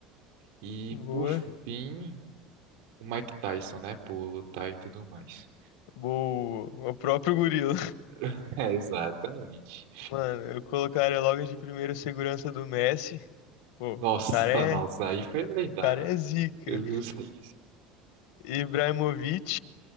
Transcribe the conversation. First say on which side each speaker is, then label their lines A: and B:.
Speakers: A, on the right; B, on the left.
A: E
B: boa.
A: por fim, o Mike Tyson, né? Por lutar e tudo mais.
B: Boa. O próprio gorila.
A: <laughs> É, exatamente.
B: <laughs> Mano, eu colocaria logo de primeiro segurança do Messi. Pô,
A: Nossa,
B: o cara é,
A: nossa,
B: o
A: aí foi lendário.
B: cara é zica.
A: Eu gostei,
B: Ibrahimovic,